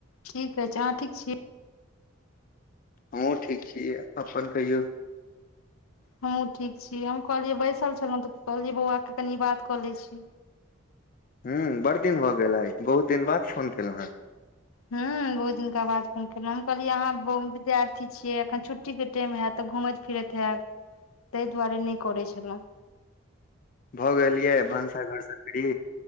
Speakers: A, on the left; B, on the left.
A: ठीक अछि, अहां ठीक छी?
B: हमहुं ठीक छी, अपन कहियौ।
A: हमहुं ठीक छी, हम कहलियै बैसल छलहुं त कहलियै बौआके कनि बात क लै छी।
B: ह्म्म बड़ दिन भऽ गेल, आय बहुत दिन बाद फोन केलौ हय।
A: ह्म्म बहुत दिनका बाद फोन केलौ, हम कहलियै अहाँ बो विद्यार्थी छियै एखन छुट्टी के टेम हाएत तऽ घूमैत-फिरैत हाएब तै दुआरे नै करै छलौ।
B: भऽ गेलयै भनसा घर से फ्री,